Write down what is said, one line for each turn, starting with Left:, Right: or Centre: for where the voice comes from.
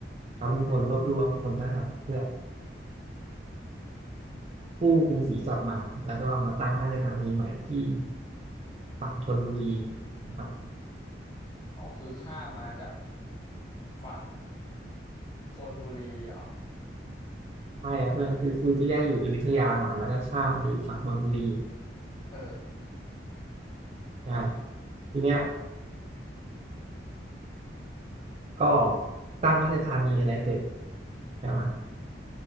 Right: เขาเป็นคนรวบรวมพลทหารเพื่อกู้กรุงศรีกลับมาแล้วก็มาตั้งราชธานีใหม่ที่ฝั่งธนบุรีนะครับ
Left: อ๋อคือข้ามมาจากฝั่งธนบุรีเหรอ
Right: ใช่ครับเพื่อนคือคือที่แรกอยู่อยุธยาก่อนแล้วก็ข้ามมาอยู่ฝั่งธนบุรี
Left: เออ
Right: ใช่ทีเนี้ยก็ตั้งราชธานีอะไรเสร็จใช่ไหม